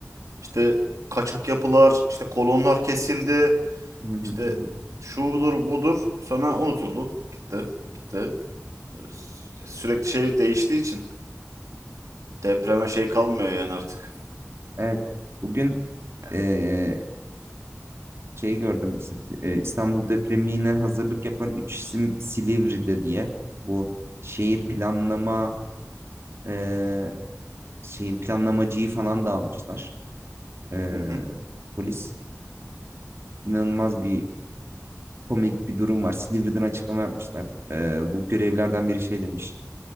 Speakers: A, on the right; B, on the right.
A: İşte kaçak yapılar, işte kolonlar kesildi,
B: Hı hı
A: işte
B: hı hı.
A: şudur budur sonra unutuldu. Gitti, bitti. Böyle sü- Sürekli şey değiştiği için depreme şey kalmıyor yani artık.
B: Evet. Bugün
A: Yani
B: eee, şey gördüm. işte, eee, İstanbul depremine hazırlık yapan üç isim Silivri'de diye. Bu şehir planlama eee, şehir planlamacıyı falan da almışlar. Eee,
A: Hı hı.
B: polis. İnanılmaz bir komik bir durum var. Silivri'den açıklama yapmışlar. Eee, bu görevlerden biri şey demiş.